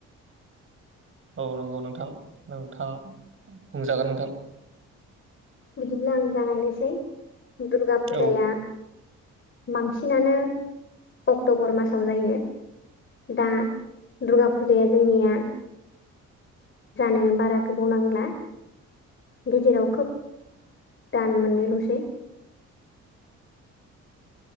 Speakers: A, on the right (about 45°); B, on the left (about 40°).
A: औ नंगौ नोंथां। नोंथा बुंजागोन नोंथां।
B: बिदिब्ला आं जागायनोसै दुर्गा फुजाया
A: औ
B: बांसिनानो अक्ट'बर मासाव जायो दा दुर्गा फुजाया जोंनिया जानो बारा गोबाव नांला गेजेराव खोब दान मोननैल'सेै।